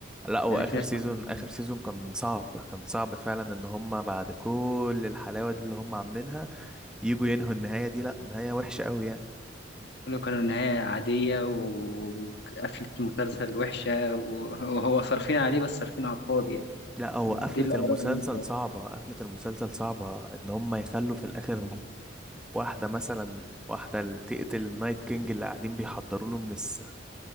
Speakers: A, in the centre; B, on the left.
A: لا هو
B: يعني
A: اخر
B: في ناس
A: سيزون
B: ما عجبهمش
A: اخر سيزون كان صعب كان صعب فعلا ان هم بعد كل الحلاوة دي اللي هم عاملينها يجوا ينهوا النهاية دي لا نهاية وحشة قوي يعني
B: كله كانوا نهايه عاديه و- وقفله مسلسل وحشه و- وهو صارفين عليه بس صارفين على الفاضي يعني
A: لا هو
B: دي
A: قفلة
B: الاراء
A: المسلسل
B: اللي أنا سمعتها.
A: صعبة قفلة المسلسل صعبة ان هم يخلوا في الاخر واحدة مثلا واحدة اللي تقتل النايت كينج اللي قاعدين بيحضروا له من الس...